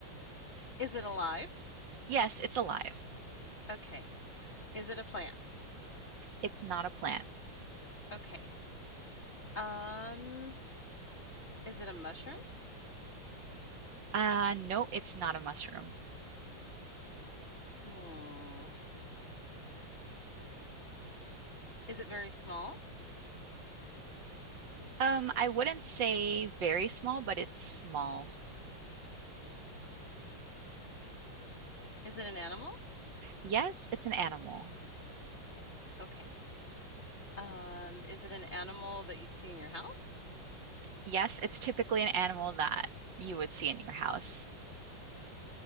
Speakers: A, on the left (about 35°); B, on the right (about 65°).
A: Is it alive?
B: Yes, it's alive.
A: Okay. Is it a plant?
B: It's not a plant.
A: Okay. Um, is it a mushroom?
B: Uh, no, it's not a mushroom.
A: Hmm. Is it very small?
B: Um, I wouldn't say very small, but it's small.
A: Is it an animal?
B: Yes, it's an animal.
A: Okay. Um, is it an animal that you'd see in your house?
B: Yes, it's typically an animal that you would see in your house.